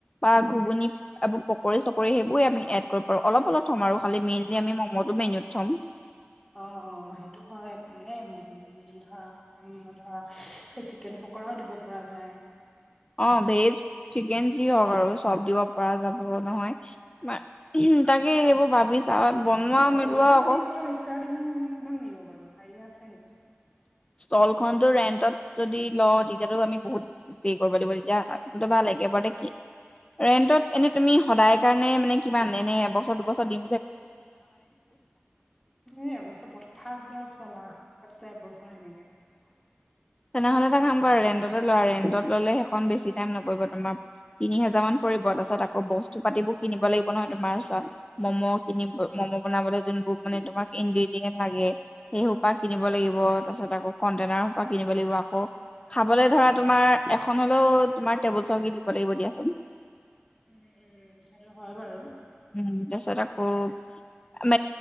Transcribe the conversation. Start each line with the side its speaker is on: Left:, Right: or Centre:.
Left: বা ঘুগুনি এইবোৰ পকৰী চকৰি সেইবোৰ আমি এড কৰিব পাৰোঁ। অলপ অলপ থম আৰু খালী মেইন লি আমি মম মতো মেইনত থম।
Centre: অ, অ, সেইটো হয়। মানে, উম ধৰা ধৰা চিকেন পকৰাও দিব পৰা যায়।
Left: অ', ভেজ, চিক ন, যি হওক আৰু চব দিব পৰা যাব নহয়। ব <unintelligible> উম, তাকে সেইবোৰ ভাবি চা বনোৱাও-মিলোৱাও
Centre: তাতে পইচা পাতি
Left: আকৌ
Centre: প্ৰথম ষ্টাৰ্টিং কিমান লাগিব বাৰু আইডিয়া আছে নেকি?
Left: ষ্টল খনতটো ৰেন্টত যদি লওঁ তেতিয়ো আমি বহুত পে কৰিব লাগিব। তেতিয়া ভাল তাতকৈ ভাল একেবাৰ তে কিনি ৰেন্টত এনে তুমি সদায় কাৰণে মানে কিমান এনে এবছৰ দুবছৰ দি
Centre: এ, এ এবছৰ চব প্ৰথম ফাৰ্ষ্ট ধৰক ছমাহ। তাৰপিছত এবছৰ সেনেকে আৰু।
Left: তেনেহলে এটা কাম কৰা ৰেন্টতে লোৱা। ৰেন্টত ললে সেইখন বেছি টাইম নপৰিব, তোমাৰ তিনি হোজাৰ মান পৰিব। তাৰ পিছত আকৌ বস্তু পাতিবোৰ কিনিব লাগিব নহয়। তোমাৰ চোৱা ম'ম' কিনিব ম'ম' বনাবলৈ যোনবোৰ মানে তোমাক ইনগ্ৰেডিয়েট লাগে। সেই সোপা কিনিব লাগিব। তাৰ পিছতক কটেইনাৰ সোপা। কিনিব লাগিব আকৌ খাবলৈ ধৰা তোমাৰ এখন হলেও তোমাৰ টেবুল চকী দিব লাগিব দিয়াচোন
Centre: উম উম সেইটো হয় বাৰু
Left: উম তাচত আকৌ ম